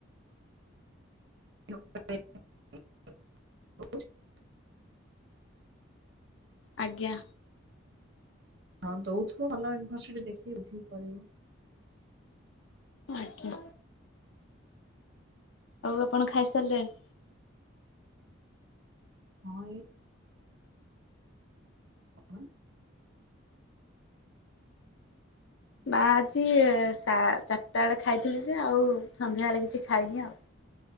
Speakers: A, on the right; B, on the left.
A: <inaudible>
B: ଆଜ୍ଞା।
A: ହଁ ଦଉଥିବ ଭଲ ୟୁନିଭରସିଟି ଦେଖିକି ବୁଝିକି କରିବ।
B: ଆଜ୍ଞା। ଆଉ ଆପଣ ଖାଇସାରିଲେଣି?
A: ହଁ ଇଏ ଅ ଅନ୍--‌
B: ନା ଆଜି ସା ଚାର୍ ଟା ଏଳେ ଖାଇଥିଲି ଯେ ଆଉ ସନ୍ଧ୍ୟା ଏଳେ କିଛି ଖାଇନି ଆଉ।